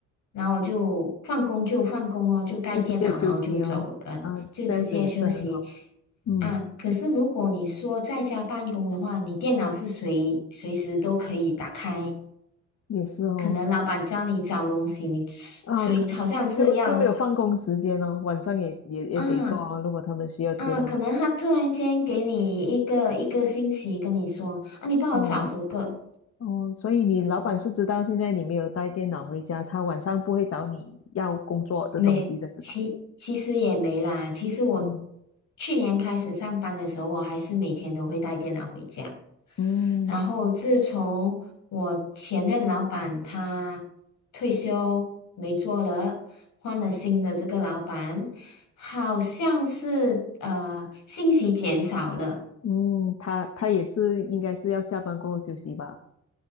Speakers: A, on the left; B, on the left.
A: 然后我就放工就放工哦，就盖电脑，
B: 就直接休息哦。
A: 然后就走人，
B: 啊，
A: 就直接休息
B: 这样子也是很好。嗯，
A: 啊。可是如果你说在家办公的话，你电脑是随随时都可以打开，
B: 也是哦。
A: 可能老板叫你找东西，你随好像是要。
B: 啊，可就就没有放工时间哦，晚上也也也得做哦。
A: 啊。
B: 如果他们需要资料，
A: 嗯，可能他突然间给你一个一个信息，跟你说啊，你帮我找这个，
B: 嗯。哦，所以你老板是知道现在你没有带电脑回家，他晚上不会找你要工作的东西的是吧？
A: 没，其其实也没啦。其实我
B: 嗯
A: 去年开始上班的时候，我还是每天都会带电脑回家。
B: 嗯
A: 然后自从我前任老板他退休没做了，换了新的这个老板，好像是呃信息减少了。
B: 嗯，他他也是应该是要下班过后休息吧？